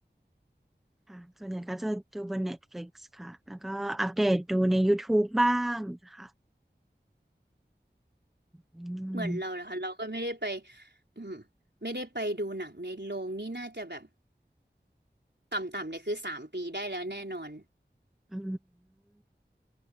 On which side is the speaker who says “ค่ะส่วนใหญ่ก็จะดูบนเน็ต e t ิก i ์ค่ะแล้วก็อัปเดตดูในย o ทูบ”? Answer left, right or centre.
Centre